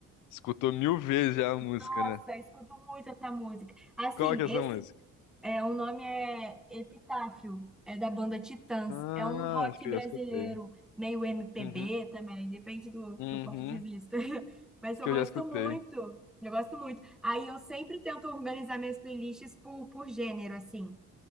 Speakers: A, on the left; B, in the centre.
A: Escutou mil vezes já a música,
B: Nossa,
A: né?
B: eu escuto muito essa música. Assim,
A: Qual que é essa
B: esse.
A: música?
B: É, o nome é Epitáfio, é da banda Titãs.
A: Ah,
B: É um rock
A: acho que
B: brasileiro,
A: eu já escutei.
B: meio MPB
A: Uhum,
B: também, depende do,
A: uhum.
B: do ponto de vista. <laughs> Mas
A: Acho
B: eu
A: que
B: gosto
A: eu já escutei.
B: muito, eu gosto muito. Aí eu sempre tento organizar minhas playlists por, por gênero, assim,